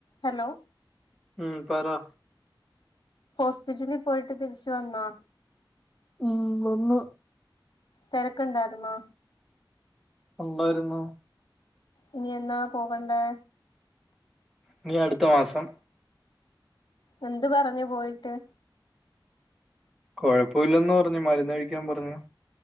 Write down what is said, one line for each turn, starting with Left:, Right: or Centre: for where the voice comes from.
Left: Hello
Centre: ഉം പറാ
Left: ഹോസ്പിറ്റലിൽ പോയിട്ട് തിരിച്ച് വന്നോ?
Centre: ഉം വന്ന്.
Left: തെരക്ക് ഇണ്ടായിര്ന്നോ?
Centre: ഉണ്ടായിരുന്നു.
Left: ഇനി എന്നാ പോകണ്ടേ?
Centre: ഇനി അടുത്ത മാസം.
Left: എന്ത് പറഞ്ഞു പോയിട്ട്?
Centre: കുഴപ്പവില്ലന്ന് പറഞ്ഞു. മരുന്ന് കഴിക്കാൻ പറഞ്ഞു.